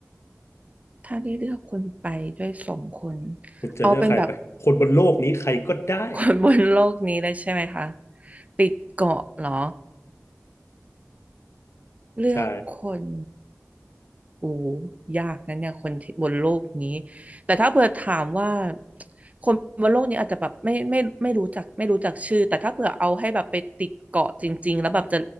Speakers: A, on the right; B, on the left.
A: ถ้าได้เลือกคนไปด้วยสองคน
B: คุณจะเลือกใครไปคนบนโลกนี้ใครก็ได้
A: เอาเป็นแบบคนบนโลกนี้เลยใช่ไหมคะ ติดเกาะเหรอ เลือกคน
B: ใช่
A: โอ้ยากนะเนี่ยคนที่บนโลกนี้ แต่ถ้าเผื่อถามว่าคนบนโลกนี้อาจจะแบบไม่ไม่ไม่รู้จักไม่รู้จักชื่อ แต่ถ้าเผื่อเอาให้แบบไปติดเกาะจริงๆแล้วแบบจะ